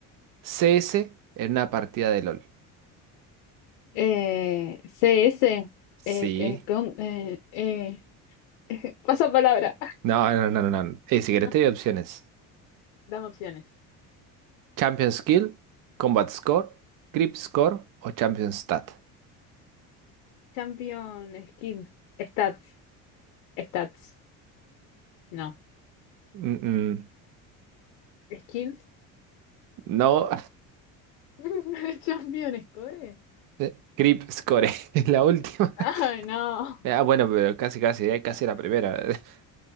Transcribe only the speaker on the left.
Eh, CS,
eh, eh, con- eh, eh, <laughs> pasa palabra.
<laughs>
Dame opciones.
Champion, skill, stats, stats. No.
Skills.
<laughs> Champion, score.
Ay, no.
No, no
lo
veo. pero-